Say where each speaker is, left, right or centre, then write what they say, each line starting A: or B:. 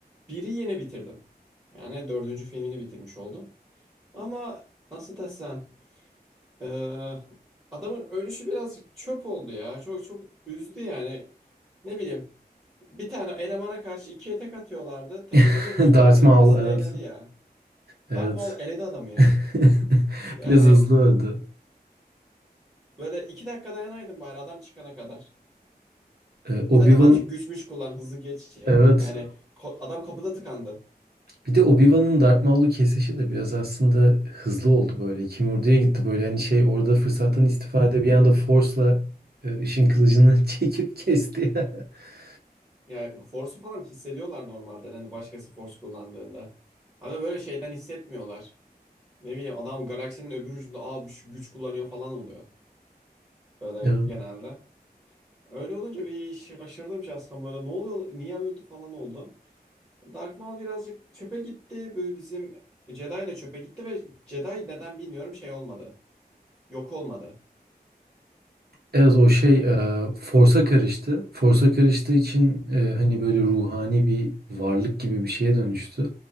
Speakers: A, on the right; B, on the right.
A: biri yeni bitirdim. Yani dördüncü filmini bitirmiş oldum. Ama nasıl desem eee, adamın ölüşü birazcık çöp oldu ya. Çok çok üzdü yani. Ne bileyim bir tane elemana karşı ikiye tek atıyorlardı. Teke
B: <laughs>
A: teke düştüğü
B: Darth
A: anda
B: Maul
A: birisini
B: evet.
A: eledi ya.
B: Evet.
A: Darth Maul eledi adamı ya.
B: <laughs>
A: Yani
B: Biraz hızlı öldü.
A: böyle iki dakika dayanaydın bari adam çıkana kadar.
B: Ee, Obi-Wan
A: Sen de azıcık güçmüş kullan hızlı geç ya.
B: evet.
A: Yani ko- adam kapıda tıkandı.
B: Bir de Obi-Wan'ın Darth Maul'u kesişi de biraz aslında hızlı oldu böyle. Kimurdu'ya gitti böyle hani şey orada fırsattan istifade bir anda Force'la e, ışın kılıcını <laughs> çekip kesti. <laughs>
A: Yani force'u falan hissediyorlar normalde. Hani başkası force kullandığında. Ama böyle şeyden hissetmiyorlar. Ne bileyim adam galaksinin öbür ucunda aa bu şu güç kullanıyor falan oluyor. Böyle
B: Evet.
A: genelde. Öyle olunca bir şaşırdım şahsen böyle ne oluyor niye öldü falan oldu. Dark Maul birazcık çöpe gitti. Böyle bizim Jedi de çöpe gitti ve Jedi neden bilmiyorum şey olmadı. Yok olmadı.
B: Evet o şey e,
A: Ben- ben-
B: Force'a karıştı. Force'a karıştığı için e, hani böyle ruhani bir varlık gibi bir şeye dönüştü.